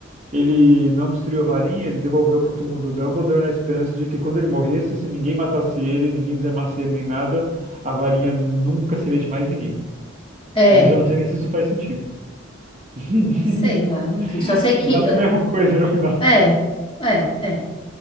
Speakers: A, on the right; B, on the left.
A: ele não destruiu a varinha, ele devolveu para o túmulo do Dumbledore na esperança de que quando ele morresse, se ninguém matasse ele, ninguém desarmasse ele nem nada, a varinha nunca seria de mais ninguém.
B: é,
A: Mas eu não sei nem se isso faz sentido. <laughs>
B: sei lá, enfim, só sei que
A: Dá a mesma coisa no final.
B: É, é, é.